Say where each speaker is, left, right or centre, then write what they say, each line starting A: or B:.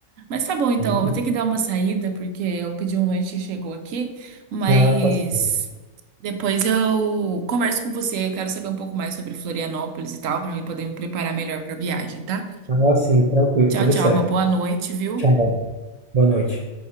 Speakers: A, on the right; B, on the right.
A: Mas tá bom, então,
B: né?
A: eu vou ter que dar uma saída, porque eu pedi um lanche e chegou aqui, mas
B: Ah, tá certo.
A: depois eu converso com você, eu quero saber um pouco mais sobre Florianópolis e tal, pra mim poder me preparar melhor pra viagem, tá?
B: Ah, sim, tranquilo,
A: Tchau,
B: tudo
A: tchau,
B: certo.
A: uma boa noite, viu?
B: Tchau, boa noite.